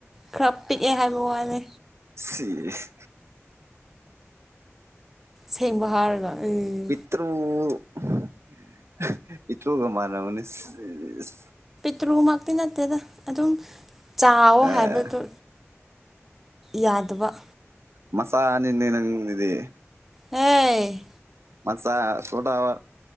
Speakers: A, in the centre; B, on the right.
A: ꯈꯔ ꯄꯤꯛꯑꯦ ꯍꯥꯏꯕ ꯋꯥꯅꯤ
B: ꯁꯤꯁ
A: ꯁꯦꯡꯕ ꯍꯥꯔꯒ ꯎꯝ
B: ꯄꯤꯛꯇ꯭ꯔꯨ <unintelligible>
A: ꯄꯤꯛꯇ꯭ꯔꯨꯃꯛꯇꯤ ꯅꯠꯇꯦꯗ ꯑꯗꯨꯝ ꯆꯥꯑꯣ
B: ꯑꯦ
A: ꯍꯥꯏꯕꯗꯨ ꯌꯥꯗꯕ
B: ꯃꯆꯥꯅꯤꯅꯦꯒꯤꯗꯤ
A: ꯍꯦ
B: ꯃꯆꯥ ꯁꯣꯇꯋꯥ